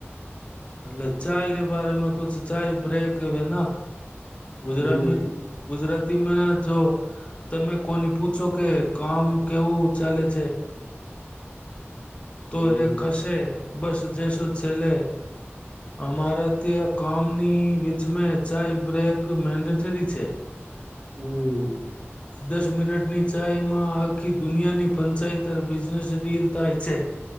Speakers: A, on the left; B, on the right.
A: એટલે ચાય ર બારમાં કુજ ચાય બ્રેક હેના ગુજરામ
B: હમ
A: ગુજરા ગુજરાતીમાં જો તમે કોની પૂછો કે કામ કેવું ચાલે છે તો
B: હમ
A: એ કશે બસ જે શું છેલેે અમારા ત્યાં કામની વીચમે ચઇબ્રેક મેન્ડેટરી છે
B: હમ
A: દસ મિનટની ચાયમાં આખી દુનિયાની પંચાયતર બિઝનેસ ડીલ થાય છે